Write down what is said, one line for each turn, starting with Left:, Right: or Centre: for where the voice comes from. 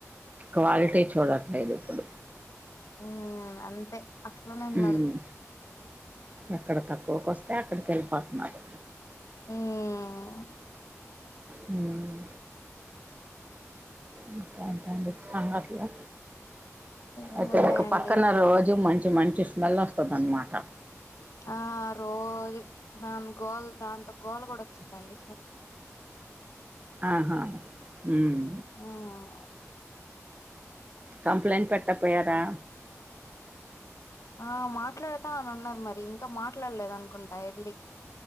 Right: క్వాలిటీ చూడట్లేదు ఇప్పుడు
Left: మ్మ్ అంతే అట్లనే ఉన్నారు
Right: మ్ ఎక్కడ తక్కువకి వస్తే అక్కడికి వెళ్ళిపోతున్నారు.
Left: మ్మ్
Right: మ్ ఇంకా ఏంటండీ సంగతులు
Left: ఏమున్నాయండి
Right: ఇక్కడ ఒక పక్కన రోజు మంచి మంచి స్మెల్ వస్తది అనమాట
Left: ఆ రోజు దాన్ గోలు దాంతో గోలు కూడా వచ్చుద్దండి
Right: ఆహా మ్
Left: ఉమ్
Right: కంప్లైంట్ పెట్టక పోయారా
Left: ఆ మాట్లాడతా అని అన్నారు మరి ఇంకా మాట్లాడలేదు అనుకుంటా ఎల్లి